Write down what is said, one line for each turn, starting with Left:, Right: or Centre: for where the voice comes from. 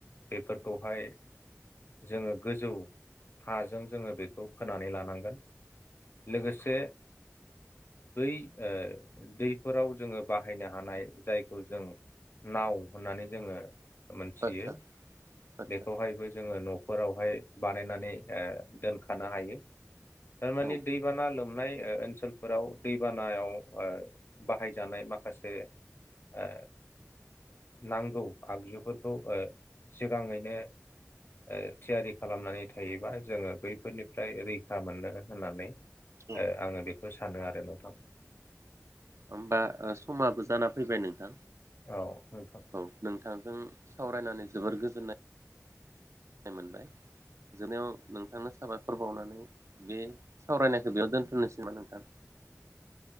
Left: बेफोरखौहाय जोङो गोजौ हाजों जोङो बेखौ खोनानै लानांगोन लोगोसे बै ओ दैफोराव जोङो बाहायनो हानाय जायखौ जों नाव होननानै जोङो मोनथियो
Right: आदसा आदसा
Left: बेखौहायबो जोङो न'फोराव हाय बानायनानै दोनखानो हायो थारमाने
Right: औ
Left: दैबाना लोमनाय ओ ओनसोलफोराव दैबानायाव ओ बाहायजानाय माखासे ओ नांगौ आगजुफोरखौ ओ सिगाङैनो ओ थियारि खालामनानै थायोबा जोङो बैफोरनिफ्राय रैखा मोननो होननानै
Right: औ
Left: ओ आङो बेखौ सानो आरो नोंथां
Right: होमबा समाबो जाना फैबाय नोंथां
Left: औ नोंथां
Right: औ नोंथांजों सावरायनानै जोबोर गोजोननाय <unintelligible> बाय जबनायाव नोंथांनो साबायखर बावनानै बे सावरायनायखौ बेयाव दोनथनोसैबा नोंथां